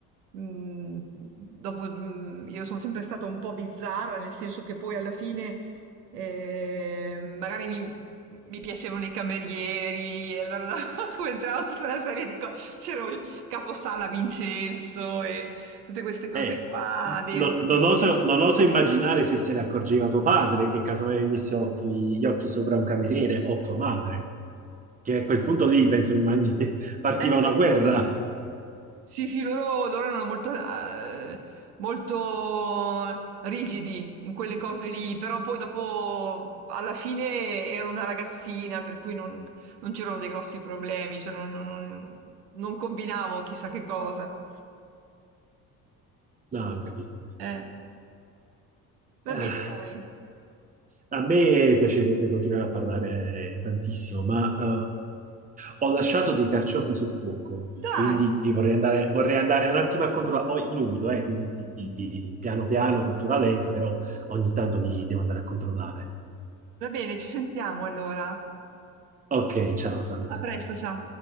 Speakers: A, on the right; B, on the right.
A: Mm, dopo, mm, io sono sempre stata un po' bizzarra, nel senso che poi alla fine eh, magari mi, mi piacevano i camerieri, e allora <laughs> subentravo tutta una serie di cose. C'era il caposala Vincenzo e tutte queste cose
B: Eh,
A: qua. de-
B: no-
A: perché-
B: non oso, non oso immaginare se se ne accorgeva tuo padre, che casomai avessi occhi, gli occhi sopra un cameriere, o tua madre, che a quel punto
A: eh,
B: lì, penso, immagini, <laughs> partiva
A: eh,
B: una
A: beh,
B: guerra. <laughs>
A: Sì, sì, loro, loro erano molto, eh, molto rigidi in quelle cose lì, però poi dopo, alla fine, ero una ragazzina, per cui non, non c'erano dei grossi problemi, cioè non, non- non- non combinavo chissà che cosa.
B: No, ho capito.
A: Eh, va
B: Ah,
A: bene, dai.
B: a me piacerebbe continuare a parlare tantissimo, ma eh, <laughs> ho lasciato dei carciofi sul fuoco,
A: Dai,
B: quindi vorrei andare, vorrei andare un attimo a controllare, ho in umido, eh, quindi piano piano, cottura lenta, però ogni tanto li devo andare a controllare.
A: va bene, ci sentiamo allora.
B: Ok, ciao Sandra.
A: A presto, ciao.